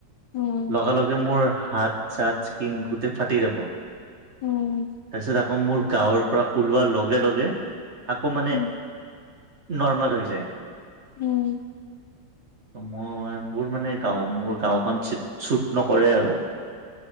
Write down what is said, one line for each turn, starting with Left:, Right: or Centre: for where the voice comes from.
Left: উম
Right: লগে লগে মোৰ হাত চাত কিনোতে ফাাটি যাব
Left: উম
Right: কচ ত মোৰ গাঁৱৰ পৰা ওলোৱাৰ লগে লগে আকৌ মানে
Left: উম
Right: নৰ্মেল হৈ যায়।
Left: উম।
Right: ত মই মোৰ মানে গাঁও মোৰ গাঁওখন ছু ছুট নকৰে আৰু।